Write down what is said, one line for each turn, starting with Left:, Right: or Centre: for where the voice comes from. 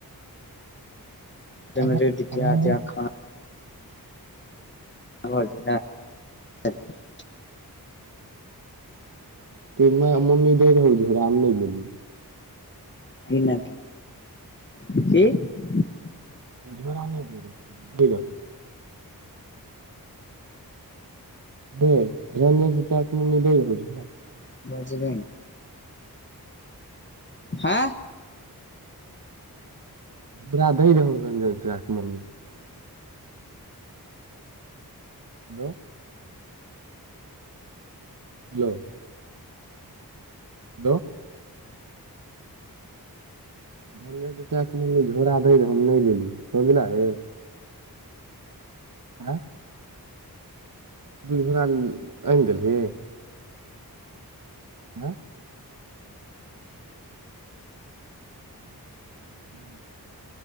Left: तै मे
Right: रंजन
Left: रेड त्यर त आखाँ <unintelligible> आ ज हँ <unintelligible>
Right: त मम्मी दै रहै झोड़ा आम नहि लेलियै <unintelligible>
Left: है ना की की <unintelligible>
Right: झोरा नहि दै रहै लै रहै दे रंजन चाचाक मम्मी दै रहै झोरा
Left: जेबै हम हँ
Right: बरा दै रहौ रंजनचचाके mummy <unintelligible> hello hello hello Ranjan चचा कऽ मम्मी झोड़ा दै रहै हम नहि लेलीयै समझलहि <unintelligible> आँ <unintelligible> दु गो झोरा आनि देलही आँ ह्म्म <unintelligible>